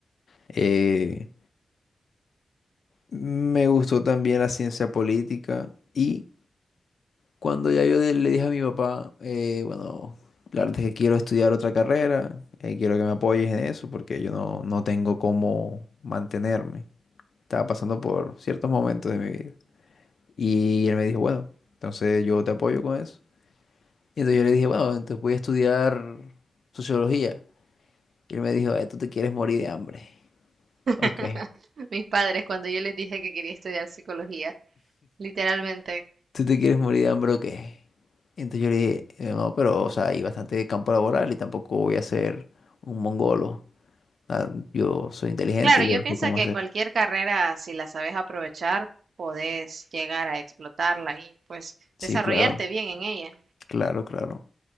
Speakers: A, on the left; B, on the right.
A: Eh, me gustó también la ciencia política y Cuando ya yo le dije a mi papá, eh, bueno, la verdad es que quiero estudiar otra carrera, eh, quiero que me apoyes en eso porque yo no, no tengo cómo mantenerme. Estaba pasando por ciertos momentos de mi vida. Y él me dijo, bueno, entonces yo te apoyo con eso. Y entonces yo le dije, bueno, entonces voy a estudiar sociología. Y él me dijo, eh, tú te quieres morir de hambre.
B: <laughs>
A: Ok.
B: Mis padres, cuando yo les dije que quería estudiar psicología, literalmente.
A: ¿Tú te quieres morir de hambre o qué? Entonces yo le dije, eh, no, pero, o sea, hay bastante campo laboral y tampoco voy a ser un mongolo. Ah, yo soy inteligente,
B: Claro, yo
A: yo
B: pienso
A: sé cómo
B: que
A: hacer.
B: cualquier carrera, si la sabes aprovechar, podés llegar a explotarla y pues
A: Sí,
B: desarrollarte
A: claro,
B: bien en ella.
A: claro, claro.